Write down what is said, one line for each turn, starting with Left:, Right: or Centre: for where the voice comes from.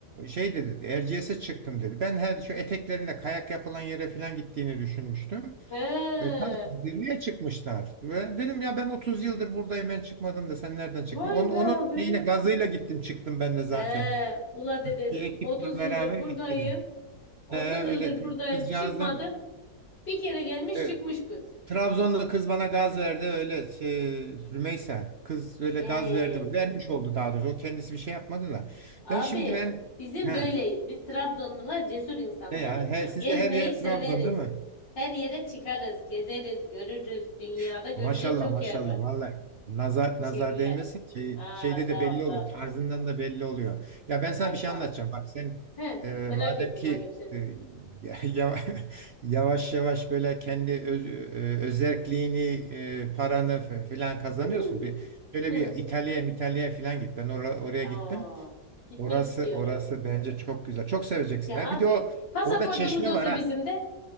Right: şey dedi Erciyes'e çıktım dedi. Ben her şu eteklerinde kayak yapılan yere filan gittiğini düşünmüştüm.
Left: He.
Right: E, tam zirveye çıkmışlar. Ve dedim ya ben 30 yıldır buradayım ben çıkmadım da sen nereden çıktın?
Left: Vay
Right: Onun,
Left: be
Right: onun
Left: abi.
Right: şeyine gazıyla gittim çıktım ben de zaten.
Left: He. Ula dedin.
Right: Bir ekiple
Left: 30 yıldır
Right: beraber
Left: buradayım.
Right: gittik.
Left: 30
Right: E, öyle
Left: yıldır
Right: kız-
Left: buradayım.
Right: kızcağızdan.
Left: Çıkmadım. Bir kere gelmiş
Right: Evet.
Left: çıkmış kız.
Right: Trabzon'da kız bana gaz verdi öyle şey Rümeysa kız öyle
Left: Ee.
Right: gaz verdi vermiş oldu daha doğrusu o kendisi bir şey yapmadı da
Left: Abi
Right: ben şimdi ben
Left: bizim
Right: he
Left: böyleyiz. Biz Trabzonlular cesur insanlarızdır.
Right: ne ya he sizde
Left: Gezmeyi
Right: her yer
Left: severiz.
Right: Trabzon değil mi?
Left: Her yere çıkarız, gezeriz, görürüz. Dünyada
Right: <laughs>
Left: görülecek
Right: Maşallah
Left: çok
Right: maşallah
Left: yer var.
Right: vallahi nazar
Left: Teşekkürler.
Right: nazar değmesin şey,
Left: Aa
Right: şeyde
Left: sağ
Right: de belli
Left: ol sağ
Right: oluyor
Left: ol.
Right: tarzından da belli oluyor. Ya ben sana
Left: Ay
Right: bir
Left: sağ
Right: şey anlatacağım.
Left: ol.
Right: Bak sen
Left: He,
Right: e,
Left: merak
Right: madem
Left: ettim
Right: ki
Left: bakayım senin.
Right: e, ya- ya- <laughs> yavaş yavaş böyle kendi öz, e, özerkliğini e, paranı f- filan kazanıyorsun.
Left: <clears throat>
Right: Bir şöyle
Left: <laughs> Hı.
Right: bir İtalya'ya İtalya'ya filan git. Ben ora- oraya
Left: Aa,
Right: gittim.
Left: gitmek
Right: Orası
Left: istiyorum.
Right: orası bence çok güzel. Çok seveceksin
Left: Ya
Right: ha.
Left: abi
Right: Bir de o
Left: pasaportumuz
Right: orada çeşme
Left: olsa
Right: var ha.
Left: bizim de